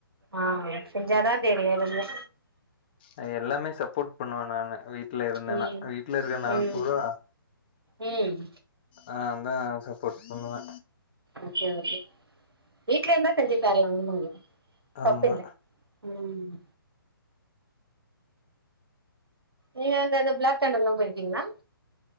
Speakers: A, on the right (about 85°); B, on the left (about 25°).
A: ஆ செஞ்சாதா தெரியு எதுவுமே
B: அ எல்லாமே சப்போர்ட் பண்ணுவே நானு வீட்ல இருந்தேன்னா
A: ம்
B: வீட்ல இருக்குற நாள்
A: ம்
B: பூரா
A: ம்
B: ஆ அதா சப்போர்ட் பண்ணுவே
A: ஓகே ஓகே வீடலருந்தா செஞ்சு தரலங்க
B: ஆமா
A: தப்பில்ல ம் நீங்க அங்கது பிளாக் தெண்டர்ல்லா போயிருக்கீங்களா